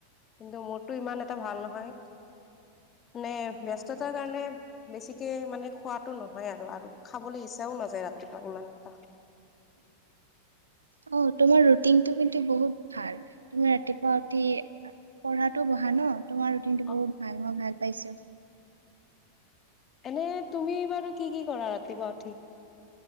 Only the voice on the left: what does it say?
কিন্তু মোৰতো ইমান এটা ভাল নহয়, নে ব্যস্ততাৰ কাৰণে বেছিকে মানে খোৱাটো নহ নহয় আৰু-আৰু খাবলৈ ইচ্ছাও নাযায় ৰাতিপুৱা ইমান এটা।
অ
এনেই তুমি বাৰু কি কি কৰা ৰাতিপুৱা উঠি?